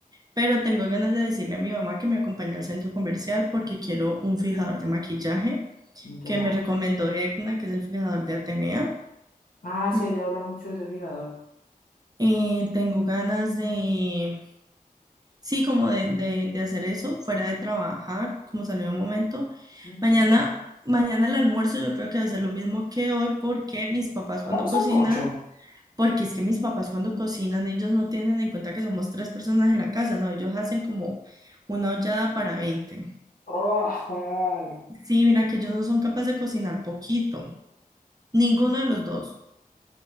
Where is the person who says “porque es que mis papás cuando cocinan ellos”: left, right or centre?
Right